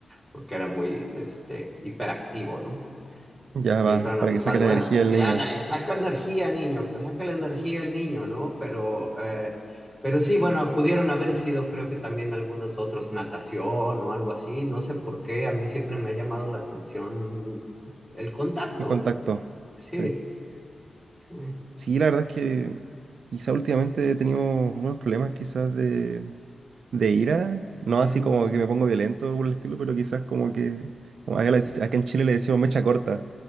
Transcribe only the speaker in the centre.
porque era muy, este, hiperactivo, ¿no?
Le
dijeron
a mis
padres,
bueno,
sí,
ándale, saca energía, niño, que saca la energía el niño, ¿no? Pero, eh, pero sí, bueno, pudieron haber sido, creo que también algunos otros, natación o algo así, no sé por qué, a mí siempre me ha llamado la atención el contacto,
eh, sí,
sí.
Mm.